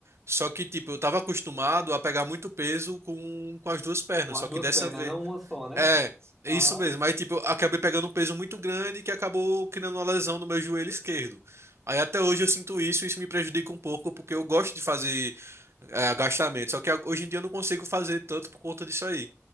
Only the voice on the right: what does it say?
Só que, tipo, eu tava acostumado a pegar muito peso com, com as duas pernas,
só que
dessa
vez.
É, é
isso mesmo. Aí, tipo, eu acabei pegando um peso muito grande que acabou criando uma lesão no meu joelho esquerdo. Aí até hoje eu sinto isso, e isso me prejudica um pouco, porque eu gosto de fazer é, agachamento, só que a- hoje em dia eu não consigo fazer tanto por conta disso aí.